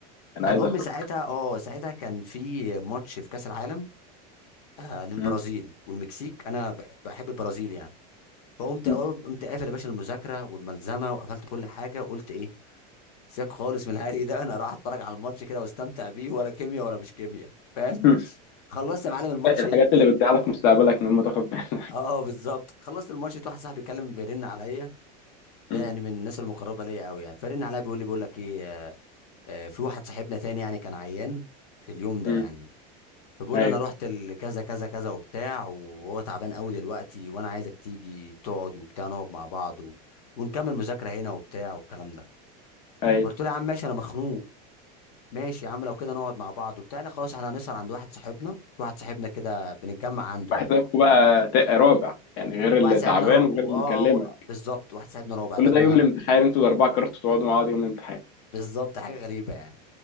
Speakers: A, on the left (about 40°); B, on the left (about 65°).
A: انا
B: فالمهم
A: عايز اخرج
B: ساعتها اه ساعتها كان في ماتش في كاس العالم آه للبرازيل
A: أمم.
B: والمكسيك انا ب- بحب البرازيل يعني فقمت
A: أمم.
B: قمت قافل يا باشا المذاكره والملزمه وقفلت كل حاجه وقلت ايه سيبك خالص من العادي ده انا راح اتفرج على الماتش كده واستمتع بيه ولا كيمياء ولا مش كيمياء فاهم
A: <laughs>
B: خلصت يا معلم الماتش
A: الحاجات
B: لقيت
A: اللي بتضيعلك مستقبلك من غير ما تاخد بالك
B: اه بالظبط خلصت الماتش لقيت واحد صاحبي بيتكلم بيرن عليا ده
A: أمم.
B: يعني من الناس المقربه ليا قوي يعني فرن عليا بيقول لي بيقول لك ايه آه، آه، في واحد صاحبنا تاني يعني كان عيان في اليوم ده
A: أمم.
B: يعني فبقول
A: <laughs> ايوه
B: انا رحت لكذا كذا كذا وبتاع وهو تعبان قوي دلوقتي وانا عايزك تيجي تقعد وبتاع نقعد مع بعض و... ونكمل مذاكره هنا وبتاع والكلام ده
A: ايوه
B: قلت له يا عم ماشي انا مخنوق ماشي يا عم لو كده نقعد مع بعض وبتاع لا خلاص احنا هنسهر عند واحد صاحبنا في واحد صاحبنا كده بنتجمع عنده
A: بحسابكم
B: يعني
A: بقى تا- رابع يعني غير اللي
B: واحد صاحبنا
A: تعبان
B: را...
A: وغير
B: و-
A: اللي
B: اه
A: مكلمك
B: و- بالظبط واحد صاحبنا رابع
A: كل
B: ده ابنا
A: ده يوم الامتحان انتوا الاربعه كرهتوا تقعدوا مع بعض يوم الامتحان
B: بالظبط حاجه غريبه يعني